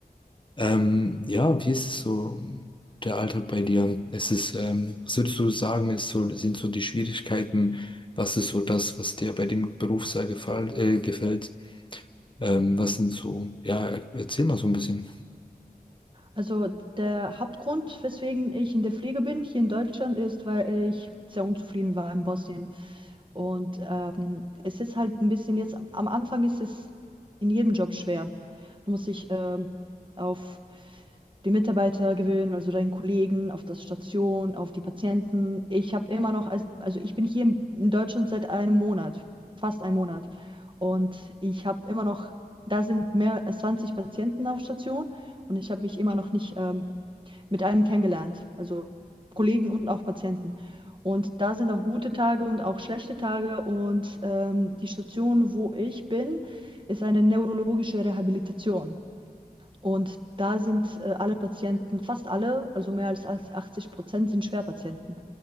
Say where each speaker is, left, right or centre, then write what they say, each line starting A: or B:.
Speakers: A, on the left; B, on the right.
A: Ähm, ja, wie ist es so, der Alltag bei dir? Ist es, ähm, was würdest du sagen, ist so, sind so die Schwierigkeiten? Was ist so das, was dir bei dem Beruf sehr gefall, äh, gefällt? Ähm, was sind so, ja, erzähl mal so ein bisschen.
B: Also der Hauptgrund, weswegen ich in der Pflege bin, hier in Deutschland, ist, weil ich sehr unzufrieden war in Bosnien. Und ähm, es ist halt ein bisschen jetzt, am am Anfang ist es in jedem Job schwer. Du musst dich ähm, auf die Mitarbeiter gewöhnen, also deinen Kollegen, auf das Station, auf die Patienten. Ich habe immer noch, als- also ich bin hier in in Deutschland seit einem Monat, fast einem Monat. Und ich habe immer noch, da sind mehr als 20 Patienten auf Station und ich habe mich immer noch nicht ähm, mit einem kennengelernt, also Kollegen und auch Patienten. Und da sind auch gute Tage und auch schlechte Tage. Und ähm, die Station, wo ich bin, ist eine neurologische Rehabilitation. Und da sind äh, alle Patienten, fast alle, also mehr als 80 Prozent sind Schwerpatienten.